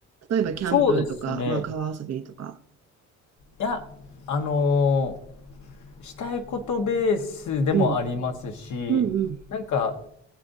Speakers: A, on the right (about 55°); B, on the left (about 70°).
A: 例えばキャンプとか、
B: そうですね。
A: まあ川遊びとか。
B: いや、あのーしたいことベースでもありますし、
A: うん。うん
B: なんか